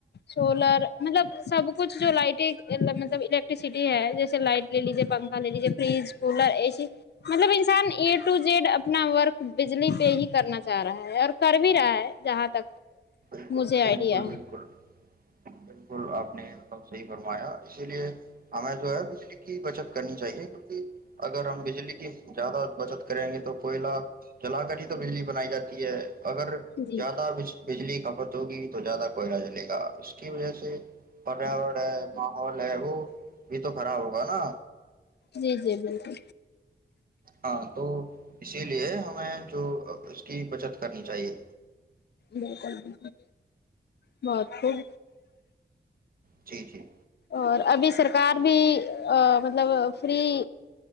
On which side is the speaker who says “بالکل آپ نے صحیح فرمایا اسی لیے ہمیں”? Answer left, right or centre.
Right